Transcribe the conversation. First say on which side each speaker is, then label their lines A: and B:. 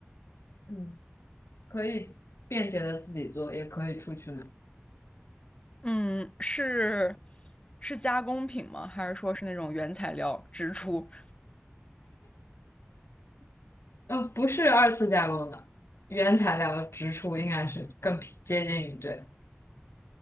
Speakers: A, on the left (about 75°); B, on the left (about 25°).
A: 嗯。可以便捷的自己做，也可以出去买。
B: 嗯，是是加工品吗？还是说是那种原材料直出？
A: 呃，不是二次加工的，原材料直出应该是更匹接近于这。